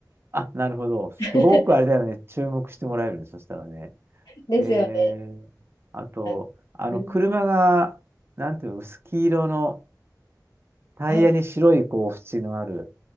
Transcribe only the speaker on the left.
<laughs>
ですよね。
はいうん、
はい。